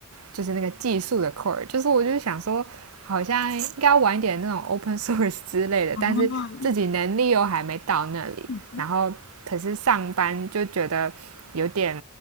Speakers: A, on the right (about 80°); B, on the left (about 55°).
A: 就是那个技术的 core，就是我就想说，好像应该玩一点那种 open <laughs> source 之类的，
B: 啊，
A: 但是自己能力又还没到那里，
B: 嗯，嗯
A: 然后可是上班就觉得有点